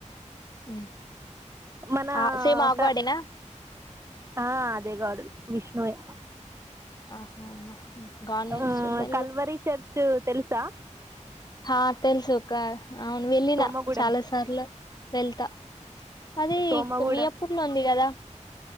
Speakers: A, on the left; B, on the right.
A: ఉ
B: మన
A: ఆ సే మా అగవాడేనా
B: క ఆ అదే గడ విష్ణువే
A: ఆహా గవర్మెంట్
B: ఉమ్,
A: స్ూడత
B: కల్వరి చర్చ్ తెలుసా
A: ఆ తెలుసు ఒక అవును వెళ్ళిన
B: సోమగూడెం
A: చాలా సార్లు వెళ్తా అదే
B: సోమగూడెం
A: ఇ మీ అప్పర్లో ఉంది కదా